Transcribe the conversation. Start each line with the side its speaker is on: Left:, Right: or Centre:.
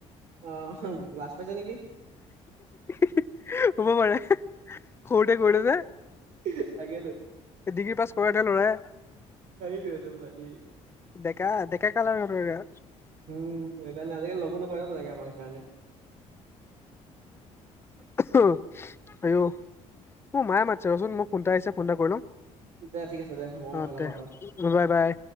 Right: অ হ লাজ পাইছে নেকি
Left: হি হব পাৰে সৰুতে কৰিলে যে
Right: হি তাকেতো
Left: ডিগ্ৰী পাছ কৰা এটা ল'ৰাই
Right: সেইটো সেইটো পোৱালি
Left: ডেকা ডেকা কালৰ ল'ৰা
Right: উম সেইকাৰণে আজিকালি লগো নকৰে ন তেনেকে আমাক সেইকাৰণে
Left: হো ওহো হয় উ মোক মায়ে মাতিছে ৰচোন মোক ফোন এটা আহিছে ফোন এটা কৰি লও
Right: দে ঠিক আছে দে মই
Left: অ
Right: এইফালৰ
Left: দে
Right: পৰা আহো
Left: বাই বাই।